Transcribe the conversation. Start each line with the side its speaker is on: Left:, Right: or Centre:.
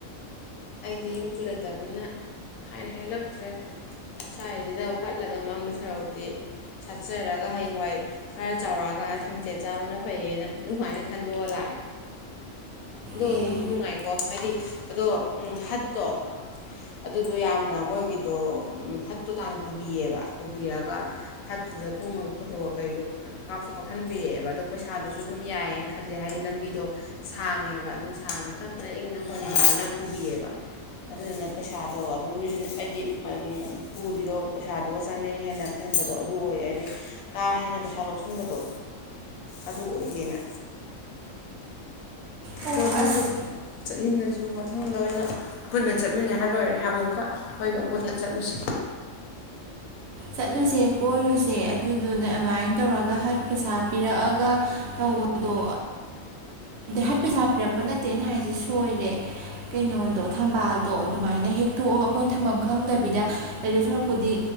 Left: ꯑꯩꯗꯤ ꯌꯨꯝꯁꯨ ꯂꯩꯇꯕꯅꯤꯅ ꯍꯥꯏꯅ ꯍꯦꯛꯂꯛꯇ꯭ꯔꯦ ꯁꯥꯏꯁꯤꯗ ꯄꯠꯂꯒ ꯃꯥꯡꯗꯣ ꯁꯔꯨꯛꯄꯨꯗꯤ ꯁꯥꯠꯆꯔꯒ ꯍꯌꯦꯡꯋꯥꯏ ꯈꯔ ꯆꯥꯎꯔꯛꯑꯀꯥꯟꯗ ꯊꯝꯆꯦꯠ ꯆꯥꯕꯅ ꯐꯩꯌꯦꯅ ꯑꯗꯨꯃꯥꯏꯅ ꯈꯟꯗꯣꯛꯑ ꯂꯥꯛꯑꯦ ꯑꯗꯣ
Right: ꯑꯦ
Left: ꯅꯨꯡꯗꯤ ꯅꯨꯡꯉꯥꯏ ꯑꯣ ꯍꯥꯏꯗꯤ ꯑꯗꯣ ꯍꯠꯇꯣ ꯑꯗꯨꯗꯣ ꯌꯥꯝꯅ ꯃꯣꯏꯒꯤꯗꯣ ꯍꯠꯇꯣ ꯇꯥꯅ ꯄꯨꯕꯤꯌꯦꯕ ꯄꯨꯕꯤꯔꯒ ꯍꯠꯇꯨꯗ ꯀꯨꯝꯃꯒ ꯐꯣꯇꯣ ꯀꯩꯁꯨ ꯀꯥꯞꯁꯨ ꯀꯥꯞꯍꯟꯕꯤꯔꯛꯑꯦꯕ ꯑꯗꯣ ꯄꯩꯁꯥꯗꯨꯁꯨ ꯑꯗꯨꯝ ꯌꯥꯏꯌꯦꯅ ꯈꯜꯂꯦ ꯍꯥꯏꯗꯤ ꯂꯝꯕꯤꯗꯣ ꯁꯥꯡꯉꯦꯕ ꯑꯗꯨꯝ ꯁꯥꯡꯉ ꯇꯞꯅ ꯏꯪꯅ ꯍꯣꯟꯕꯤꯗꯨꯅ ꯄꯨꯕꯤꯌꯦꯕ ꯑꯗꯨꯗꯨꯅ ꯄꯩꯁꯥꯗꯣ ꯑꯗꯨꯝ ꯍꯥꯏꯗꯤ ꯄꯨꯔꯤꯗꯣ ꯄꯩꯁꯥꯗꯨꯒ ꯆꯥꯅꯩ ꯍꯥꯏꯅ ꯈꯟꯕꯗꯣ ꯑꯗꯨ ꯑꯣꯏ ꯍꯥꯏꯗꯤ ꯀꯥ ꯍꯦꯟꯅ ꯄꯩꯁꯥ ꯂꯧꯁꯤꯟꯕꯗꯣ ꯑꯗꯨ ꯑꯣꯏꯗꯦꯅ
Right: ꯑꯣ
Left: ꯑꯗꯣ ꯅꯪꯁꯨ
Right: ꯑꯁ
Left: ꯆꯠꯅꯤꯡꯉꯁꯨ ꯃꯊꯪꯗ ꯑꯣꯏꯅ ꯄꯨꯟꯅ ꯆꯠꯃꯤꯟꯅꯔ ꯂꯣꯏꯔꯦ ꯑꯃꯨꯛꯀ ꯑꯩꯈꯣꯏꯒ ꯄꯨꯟꯅ ꯆꯠꯂꯨꯁꯦ
Right: ꯆꯠꯂꯨꯁꯦ ꯀꯣꯏꯔꯨꯁꯦ ꯑꯗꯨꯗꯨꯅ ꯑꯗꯨꯃꯥꯏꯅ ꯇꯧꯔꯒ ꯍꯠ ꯄꯩꯁꯥ ꯄꯤꯔꯛꯑꯒ ꯇꯧꯕꯗꯣ ꯍꯠ ꯄꯩꯁꯥ ꯄꯤꯔꯛꯄ ꯅꯠꯇꯦ ꯑꯩꯅ ꯍꯥꯏꯁꯦ ꯁꯣꯏꯔꯦ ꯀꯩꯅꯣꯗꯣ ꯊꯝꯕꯥꯜꯗꯣ ꯑꯗꯨꯃꯥꯏꯅ ꯍꯦꯛꯛꯇꯣꯛꯑꯒ ꯑꯩꯈꯣꯏꯅ ꯊꯝꯐꯝ ꯈꯪꯗꯕꯤꯗ ꯂꯩꯗꯣꯏ ꯁꯔꯨꯛꯄꯨꯗꯤ